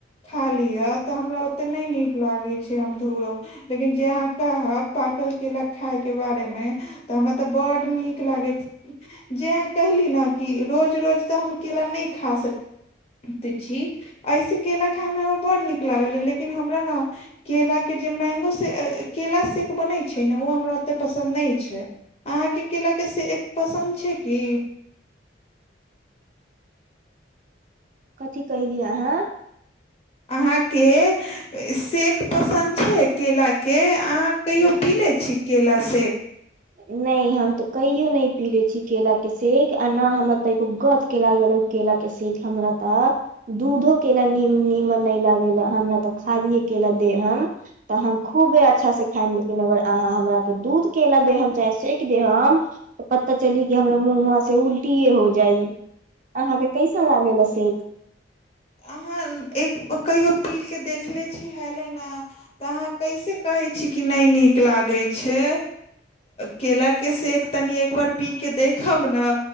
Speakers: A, on the left; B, on the right.
A: ख ली य ते हमरा ओते न नी लागै छै हम दौड़ब लेकिन जे अहाँ कहब पाकल केेला खायके बारेमे तऽ हमरा तऽ बड्ड नीक लागैत जे अहाँ कहली ने कि रोज रोज तऽ हम केेला नहि खा सकैत छी एहिसँ केेला खाइमे हमरा बड्ड नीक लागल लेकिन हमरा ने केराके जे मैंगो से केेलरा सेेक बनैत छै ने ओ हमरा ओतेक पसन्द नहि छै अहाँके केरेलाके सेेक पसन्द छै की
B: कथी कयली अहाँ
A: अहाँके सेक पसन्द छै केराके अहाँ कहिो पी लैत छी केरा सेक
B: नहि हम तो कहियो नहि पी ले छी केला के सेक आ न हमरा ते एगो गद के लागले केला के सेक हमरा ते दूधो केेला नीम नीमन न लागेेल हमरा ते खालीए केेला दे ह तऽ हम खूबे अच्छा से खायम लेकिन अगर अहाँ हमरा के दूध केेला दे ह चाहे सेक दे हम तऽ पता चली कि हमरा मुह वहा से उल्टीए हो जाइ अहाँके कैसन लागे सेक
A: अहाँ एक कहियो पी कऽ देखले छी हेलै ने तऽ अहाँ कैसे कहैत छी कि नहि नीक लागैत छै केला के शेक तनि एक बार पी के देख खामना